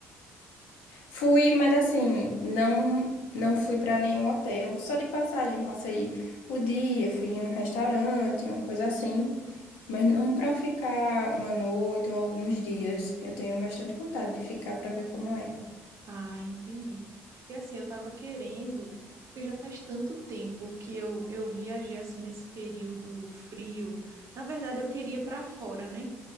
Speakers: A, on the left (about 75°); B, on the right (about 45°).
A: Fui, mas assim, não não fui para nenhum hotel, só de passagem, passei o dia, fui em um restaurante, uma coisa assim, mas não para ficar uma noite ou alguns dias. Eu tenho bastante vontade de ficar para ver como é.
B: Ah, entendi. Porque assim, eu tava querendo, porque já faz tanto tempo que eu, eu viajei assim nesse período frio. Na verdade, eu queria para fora, né?